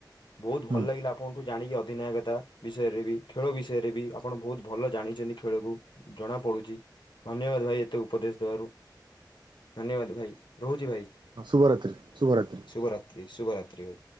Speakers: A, on the left; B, on the right.
A: ବହୁତ୍
B: ହୁଁ
A: ଭଲ ଲାଗିଲା ଆପଣ ମୁଁ ଜାଣିଚି ଅଧିନାୟକତା ବିଷୟରେ ବି ଖେଳ ବିଷୟରେ ବି ଆପଣ ବହୁତ୍ ଭଲ ଜାଣିଚନ୍ତି ଖେଳକୁ ଜଣା ପଡୁଚି। ଧନ୍ୟବାଦ୍ ଭାଇ ଏତେ ଉପଦେଶ ଦେବାରୁ ଧନ୍ୟବାଦ୍ ଭାଇ ରହୁଚି ଭାଇ।
B: ହଁ ଶୁଭରାତ୍ରି- ଶୁଭରାତ୍ରି।
A: ଶୁଭରାତ୍ରି -ଶୁଭରାତ୍ରି ଭାଇ।